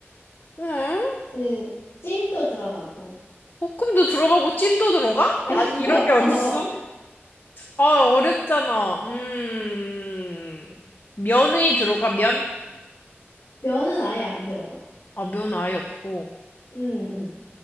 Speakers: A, on the left; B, on the left.
A: 응?
B: 그, 찜도 들어가고.
A: 볶음도 들어가고 찜도 들어가?
B: <laughs>
A: 아니, 이런 게 어딨어?
B: 어,
A: 아, 어렵잖아. 음. 면이 들어가, 면?
B: 면은 아예 안 들어가.
A: 아, 면 아예 없고.
B: 음,